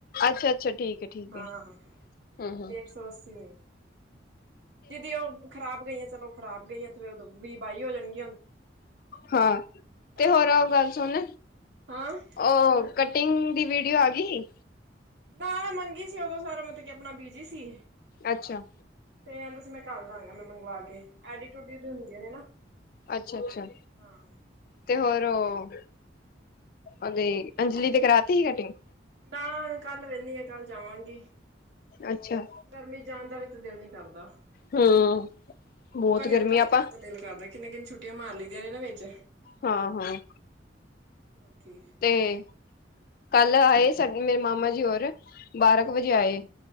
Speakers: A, on the left (about 50°); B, on the right (about 70°).
A: ਅੱਛਾ-ਅੱਛਾ ਠੀਕ ਹੈ-ਠੀਕ
B: ਹਾਂ,
A: ਹੈ।
B: ਹਾਂ
A: ਹੂੰ-ਹੂੰ
B: ਇੱਕ ਸੌ ਅੱਸੀ ਮਿੰਟ ਦੀਦੀ ਉਹ ਖ਼ਰਾਬ ਗਈਆਂ ਚਲੋ ਖਰਾਬ ਗਈਆਂ ਤੇ ਫਿਰ ਵੀਹ ਬਾਈ ਹੋ ਜਾਣਗ
A: ਹਾਂ, ਤੇ
B: ਹਾਂ
A: ਹੋਰ ਉਹ ਗੱਲ ਸੁਣ,
B: ਹਾਂ।
A: ਉਹ ਕਟਿੰਗ ਦੀ ਵੀਡੀਓ ਆ ਗੀ ਹੀ।
B: ਨਾ ਮੈਂ ਮੰਗੀ ਸੀ ਉਦੋਂ ਸਾਰਾ ਮਤਲਬ ਕਿ ਆਪਣਾ ਬੀਜੀ ਸੀ।
A: ਅੱਛਾ
B: ਤੇ ਬਸ ਮੈਂ ਕਰ ਦਵਾਂਗਾ ਮੈਂ ਮੰਗਵਾ ਕੇ, ਐਡੀ ਟੂਡੀ ਹੁੰਦੀਆਂ ਨੇ ਨਾ
A: ਅੱਛਾ-ਅੱਛਾ
B: ਹਾਂ
A: ਤੇ ਹੋਰ ਉਹ, ਉਦੀਂ ਅੰਜਲੀ ਦੀ ਕਰਾਤੀ ਸੀ ਕਟਿੰਗ।
B: ਨਾ ਕੱਲ ਵਿਹਲੇ ਆ ਕੱਲ ਜਾਵਾਂਗੀ।
A: ਅੱਛਾ
B: ਗਰਮੀ ਜਾਣ ਦਾ ਵੀ ਤੇ ਦਿਲ ਨੀ ਕਰਦਾ।
A: ਹੂੰ,
B: ਲੋਕਾਂ
A: ਬਹੁਤ
B: ਨੇ
A: ਗਰਮੀ
B: ਉਦੋਂ ਨਿਕਲਣ
A: ਆਪਾਂ
B: ਦਾ ਦਿਲ ਕਰਦਾ ਕਿੰਨੇ ਕਿੰਨੇ ਛੁੱਟੀਆਂ ਮਾਰ ਲਈਦੀਆਂ ਨੇ ਨਾ ਵਿੱਚ
A: ਹਾਂ, ਹਾਂ
B: ਹੋਰ ਕੀ
A: ਤੇ, ਕੱਲ ਆਏ ਸਾਡੇ ਮੇਰੇ ਮਾਮਾ ਜੀ ਹੋਰ ਬਾਰਾਂ
B: ਹਾਂ
A: ਕੁ ਵਜੇ ਆਏ,